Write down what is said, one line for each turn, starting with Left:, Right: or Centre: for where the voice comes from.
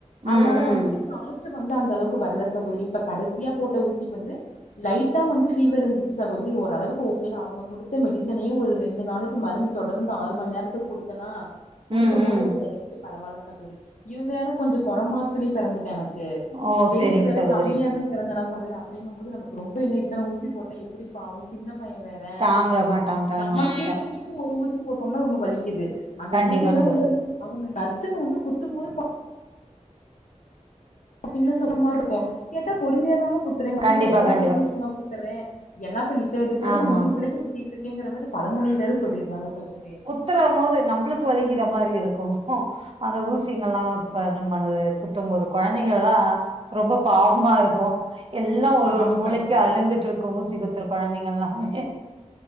Left: அதனால
Right: ம் ம்
Left: வந்துட்டு காய்ச வந்து அந்த அளவுக்கு வரல சகோதரி இப்ப கடைசியா போட்ட ஊசி க்கு வந்து லைட்டா வந்து ஃபீவர் இருந்துச்சி சகோதரி ஓரளவுக்கு ஓகே அவங்க குடுத்த மெடிசனே ஒரு ரெண்டு நாளை க்கு மருந்து தொடர்ந்து ஆறு மணி நேரத்துக்கு குடுத்தன்னா குடுக்கும்
Right: ம்
Left: போது
Right: ம்
Left: ஓரளவுக்கு பரவாயில்ல சகோதரி இது வேற கொஞ்சோ குற மாசத்துலே பிறந்துட்ட எனக் கு
Right: ஓ
Left: வெயிட்
Right: செரிங்க
Left: வேற
Right: சகோதரி
Left: கம்மியாதா திறந்தனா சகோதரி அப்டிங்கும்போது நமக்கு ரொம்ப என்ன இத்தன ஊசி போட்ட எப்டி பாவோ சின்ன பைய வேற
Right: தாங்க மாட்டா தாங்க
Left: நமக்கே
Right: மாட்டா
Left: வந்து ஒரு ஊசி போட்டோம்னா ரொம்ப வலிக்குது அந்த
Right: கண்டிப்பாங்க
Left: ஊசில்லா வந்து அவங்க நர்சிங்க வந்து குத்தும்போது பா அப்பீங்னா சொகமா இருக்கு கேட்டா பொறுமையாதாம குத்துற ஒர்க்கு
Right: கண்டிப்பா
Left: மட்டு ஓ
Right: கண்டிப்பா
Left: பிள்ளைக்கு மட்டும்தா குத்துறே எல்லாப் பிள்ளி இத்த இதோட
Right: ஆமா
Left: நூறுபிள்ளைக்கு கூத்திட்ருக்கேங்ற மாரி பல மொழி வேற சொல்லிடுறாங்க சகோதரி
Right: குத்துர போது நம்ளுக்கு வலிகிற மாரி இருக்கு அந்த ஊசிங்கல்லா ப ரம் பண்ணுது குத்தம்போது கொழந்தைங்க எல்லா ரொம்ப பாவமா இருக்கு எல்லா ஒரு
Left: ஆமா
Right: ஒரு மூளைக்கு
Left: சகோதரி
Right: அழுந்துட்டு இருக்கு ஊசி குத்துரு குழந்தைங்க எல்லாமே